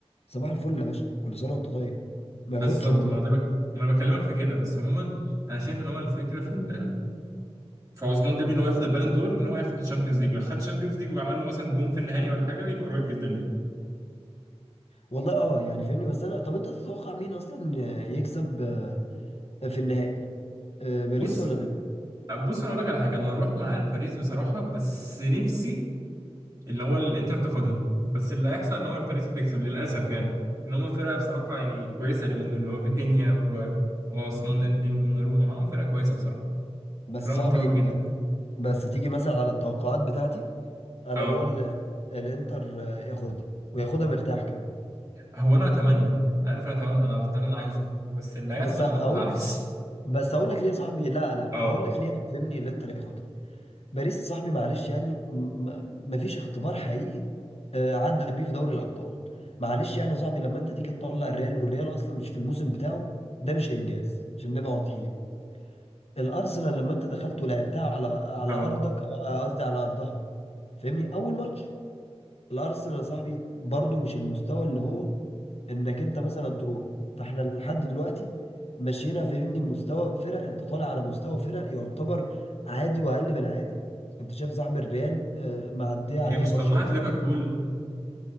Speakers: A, on the left; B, on the right.
A: صباح الفل يا باشا كل سنه وانت طيب ما
B: بالظبط
A: ياخدش والله
B: ما ده بك... ما انا بكلمك في كده بس عموما انا شايف ان هو الفكره في ال... في عثمان ديمبلي ان هو ياخد البالون دور ان هو ياخد الشامبيونز ليج لو خد الشامبيونز ليج وعمل له مثلا جون في النهائي ولا حاجه يبقى قريب جدا ليه
A: والله اه يعني فاهمني بس انا طب انت تتوقع مين اصلا آه، يكسب آه، في النهائي آه، باريس
B: بص
A: ولا الانتر
B: بص انا اقول لك على حاجه انا هروح مع الباريس بصراحه بس نفسي اللي هو الانتر تاخدها بس اللي هيحصل ان هو الباريس تكسب للاسف يعني ان هم فرقه بصراحه يعني كويسه اليومين دول اللي هو فيتينيا و- وعثمان ديمبلي ودوناروما معاهم فرقه كويسه بصراحه
A: بس
B: فرقه
A: صاحبي
B: محترمه جدا
A: بس تيجي مثلا على التوقعات بتاعتي انا
B: اه
A: بقول آه، الانتر آه، ياخدها وياخدها مرتاح كمان
B: هو انا اتمنى عارف انا اتمنى انا ده اللي انا عايزه بس اللي هيحصل
A: بس هقول
B: العكس
A: بس هقول لك ليه يا صاحبي لا
B: <laughs>
A: لا
B: اه
A: هقول لك ليه يعني فاهمني الانتر ياخدها باريس يا صاحبي معلش يعني م- م- مفيش اختبار حقيقي آه، عدى بيه في دوري الابطال معلش يعني يا صاحبي لما انت تيجي تطلع الريال والريال اصلا مش في الموسم بتاعه ده مش انجاز عشان نبقى واضحين الارسنال لما انت دخلت ولعبتها على على
B: اه
A: ارضك آه، قصدي على ارضها فاهمني اول ماتش الارسنال يا صاحبي برضو مش المستوى اللي هو انك انت مثلا تروح فاحنا لحد دلوقتي مشينا فهمني مستوى فرق انت طالع على مستوى فرق يعتبر عادي واقل من العادي انت شايف صاحب الريال آه، معديه عليها
B: هي مش
A: برشلونه
B: طلعت ليفربول